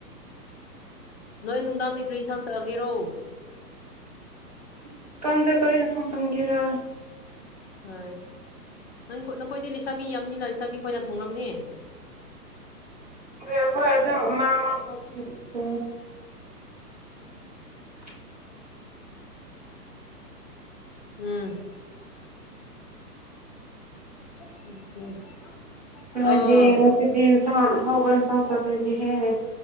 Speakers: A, on the left; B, on the right.
A: ꯅꯣꯏ ꯅꯨꯡꯗꯥꯡꯗ ꯀ꯭ꯔꯤ ꯏꯟꯁꯥꯡ ꯆꯥꯒꯦꯔꯣ
B: ꯑꯁ ꯀꯡꯗꯦ ꯀꯔꯤ ꯑꯦꯟꯁꯥꯡ ꯇꯣꯟꯒꯦꯔꯥ
A: ꯍꯣꯏ ꯅꯪ ꯅꯈꯣꯏꯗꯤ ꯂꯩꯁꯥꯕꯤ ꯌꯥꯝꯅꯤꯅ ꯂꯩꯁꯥꯕꯤ ꯈꯣꯏꯅ ꯊꯣꯡꯔꯝꯅꯤ
B: ꯍꯣꯏ ꯈꯣꯏ ꯑꯗꯨꯝ ꯑꯃꯥ ꯃꯥ <unintelligible> <unintelligible>
A: ꯎꯝ <unintelligible>
B: ꯅꯣꯏꯗꯤ
A: ꯑꯣ
B: ꯉꯁꯤꯗꯤ ꯍꯤꯟꯁꯥꯡ ꯑꯍꯥꯎꯕ ꯍꯤꯟꯁꯥꯡ ꯆꯥꯗꯣꯏꯅꯦꯍꯦ